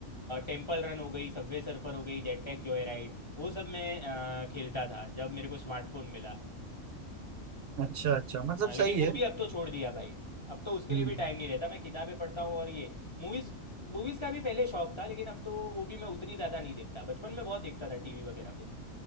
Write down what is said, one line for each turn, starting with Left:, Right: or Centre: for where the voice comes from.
Left: टेम्पल रन हो गई सबवे सर्फर हो गई जेट पैक जॉय राइड वो सब मैं अ, खेलता था जब मेरे को स्मार्टफोन मिला
Right: अच्छा अच्छा मतलब
Left: हाँ लेकिन
Right: सही
Left: वो
Right: है
Left: भी अब तो छोड़ दिया भाई अब तो उसके
Right: हम्म
Left: लिए भी टाइम नहीं रहता मैं किताबें पढ़ता हूँ और ये मूवीज़ मूवीज़ का भी पहले शौक था लेकिन अब तो वो भी मैं उतनी ज़्यादा नहीं देखता बचपन में बहुत देखता था टीवी वगैरह पे